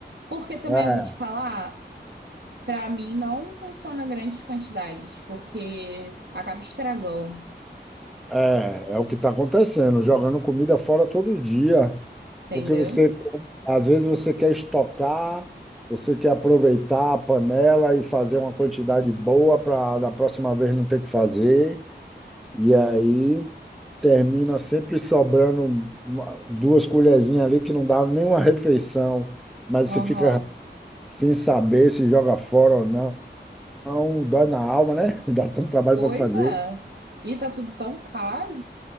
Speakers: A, on the right (about 70°); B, in the centre.
A: Porque também
B: é,
A: eu vou te falar, para mim não funciona grandes quantidades, porque acaba estragando,
B: é é o que está acontecendo, jogando comida fora todo dia.
A: entendeu?
B: Porque você, às vezes você quer estocar, você quer aproveitar a panela e fazer uma quantidade boa para da próxima vez não ter que fazer. E aí termina sempre sobrando uma- duas colherzinhas ali que não dá nenhuma refeição, mas
A: Aham.
B: você fica sem saber se joga fora ou não. Não, dói na alma, né? <laughs> Dá tanto trabalho
A: Pois
B: para fazer.
A: é. E tá tudo tão caro.